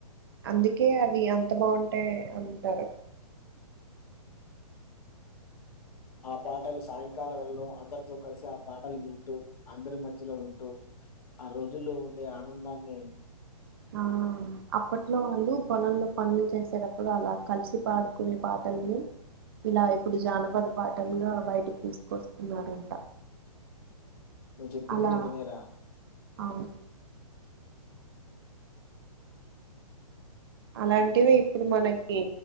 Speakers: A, on the right; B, on the left.
A: అందుకే అవి అంత బాగుంటాయి అంటారు
B: ఆ పాటలు సాయంకాలవేళలో అందరితో కలిసి ఆ పాటలు వింటూ అందరి మధ్యలో ఉంటూ ఆ రోజుల్లో ఉండే ఆనందాన్ని
A: ఆ అప్పట్లో వాళ్ళు పొలంలో పనులు చేసేటప్పుడు అలా కలిసి పాడుకునే పాటల్ని ఇలా ఇప్పుడు జానపద పాటలుగా బయటకి తీసుకొస్తున్నారంట
B: నువ్వు చెప్పింది
A: అలా
B: నిజమేరా
A: అవును అలాంటివి ఇప్పుడు మనకి